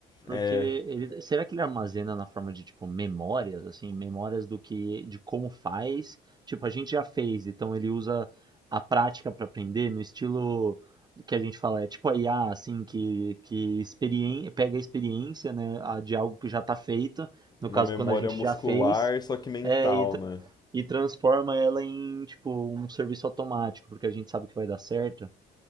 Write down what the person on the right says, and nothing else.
Porque
ele, será que ele armazena na forma de tipo memórias, assim, memórias do que, de como faz? Tipo, a gente já fez, então ele usa a prática para aprender no estilo que a gente fala, é tipo a IA, assim, que, que experien pega a experiência, né, a- de algo que já está feito, no
caso
quando a gente
já fez,
é, e, tra-
e transforma ela em tipo um serviço automático, porque a gente sabe que vai dar certo.